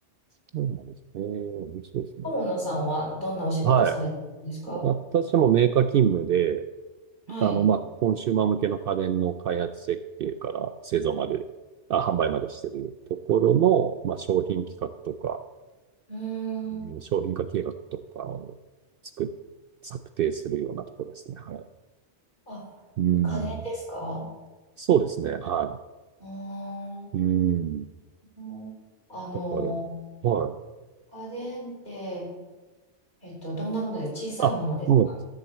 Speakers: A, on the right; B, on the left.
A: そうなんですね。面白いですね。
B: 友野さんはどんなお仕事されてるんですか
A: はい。私もメーカー勤務で、
B: はい。
A: あの、まあ、コンシューマー向けの家電の開発設計から製造まで、あ、販売までしてるところの、まあ、商品企画とか、
B: うー
A: うん商品化計画とかを作っ、
B: ん。
A: 策定するようなところですね。はい。
B: あ、
A: うん。
B: 家電ですか
A: そうですね。は
B: うー
A: い。うん。
B: ん。あの、
A: だから、はい。
B: 家電って、えっと、どんなもので小さいものですか
A: あ、もう、